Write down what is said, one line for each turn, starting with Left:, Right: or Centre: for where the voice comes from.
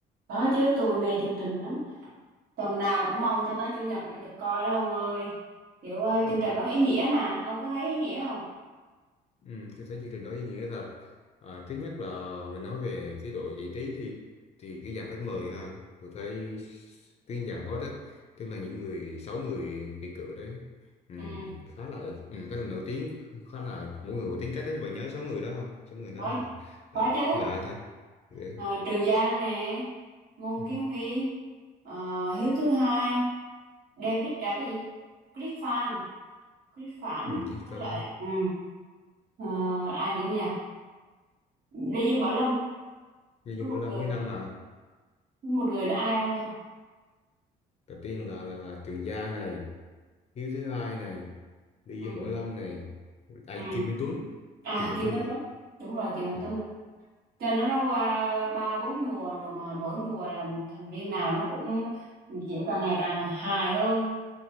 Right: có chứ tôi mê chương trình lắm. Tuần nào cũng mong cho tới chủ nhật để được coi đó ông ơi. Kiểu ờ,
Left: Ừ.
Right: chương trình nó ý nghĩa mà, ông có thấy ý nghĩa không?
Left: Ừ, tôi thấy chương trình đó ý nghĩa thật. À, thứ nhất là mình nói về cái độ giải trí đi, thì cái dàn khách mời ha, tôi thấy cái dàn host á, tức là những người sáu người kỳ cựu đấy, ừ,
Right: Ừ,
Left: ừ, khá là ừ, khá là nổi tiếng, khá là mỗi người một tính cách đấy. Bạn nhớ sáu người đó không? Sáu người đó
Right: có
Left: là là,
Right: có chứ.
Left: là ai ta? Ừ,
Right: Ờ, Trường Giang nè, Ngô
Left: ừ,
Right: Kiến Huy, ờ, Hiếu thứ hai, David à cái gì? Chris Phan, Chris Phản
Left: ừ, Chí
Right: với
Left: Phan,
Right: lại ừ. ờ, ai nữa nhỉ? Lê Dương Bảo Lâm
Left: Duy
Right: với
Left: Dương
Right: một
Left: Vũ Lâm
Right: người,
Left: mấy năm mà.
Right: với một người nữa ai ông hả?
Left: Đầu tiên là là là Trường Giang này, Hiếu thứ hai này, Duy
Right: Ừ.
Left: Dương Võ Lâm này, ai
Right: ừ.
Left: Kim Minh Tuấn.
Right: à
Left: Kim Minh
Right: Kiều
Left: Tuấn
Right: Minh Tuấn đúng rồi Kiều Minh
Left: ừ,
Right: Tuấn nè. cho nó nó qua ba bốn mùa rồi mà mỗi mùa là thành viên nào nó cũng kiểu càng ngày càng hài hơn